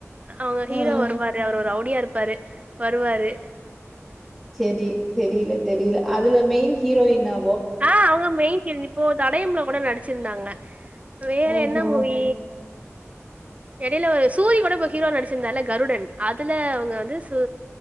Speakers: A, on the right; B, in the centre.
A: அவுங்க ஹீரோ
B: ஆ.
A: வருவாரு அவரு ரவுடியா இருப்பாரு வருவாரு
B: சேரி தெரியல தெரியல அதுல மெயின் ஹீரோயின்னா
A: ஆ அவங்கதா மெயின் ஹீரோயினி இப்போ தடயம்ல கூட நடிச்சிருந்தாங்க வேற
B: ஓஹோ
A: என்ன மூவி எடையில சூரி கூட இப்ப ஹீரோ நடிச்சிருந்தாருல கருடன் அதுல அவங்க வந்து சு